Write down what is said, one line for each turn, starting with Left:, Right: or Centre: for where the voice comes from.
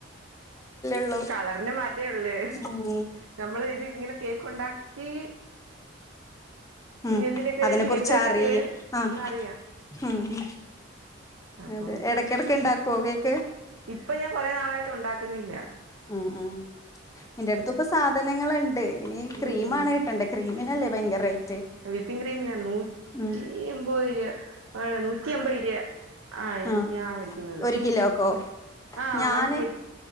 Left: ഉള്ളൂ
Right: കളറിന് മറ്റേ ഒള്ളേ
Left: ഉം
Right: നമ്മള് ഇത് ഇങ്ങനെ കേക്ക് ഉണ്ടാക്കി
Left: ഹ്
Right: എന്തിനൊക്കെ
Left: അതിനെ കുറിച്
Right: എന്തിനൊക്കെ
Left: അറി
Right: ചേരും
Left: അ
Right: എന്നറിയാം
Left: ഹ്മ്
Right: അപ്പൊ
Left: അതെ എഡകെടക്ക് ഉണ്ടാകോ കേക്ക്
Right: ഇപ്പൊ ഞാൻ കുറെ നളായിട്ട് ഉണ്ടാകുന്നില്ല
Left: അ ആ എന്റെ അടുത്ത് ഇപ്പൊ സാധനങ്ങള് ഇണ്ട് ഇനി ക്രീമാണ്
Right: ഉം
Left: കിട്ടേണ്ടേ ക്രീമിനല്ലേ ഭയങ്കര റേറ്റ്
Right: വിപ്പിംഗ് ക്രീമിന് നൂറ്റി
Left: ഉം
Right: എമ്പത് രൂപ റ്റി അമ്പയ് രൂപ ആഹ്
Left: ഹാ
Right: ഞാൻ മേടിക്കുന്നത്
Left: ഒരു കിലോക്കോ
Right: ആഹ്
Left: ഞാന്
Right: വൺ കെ ജി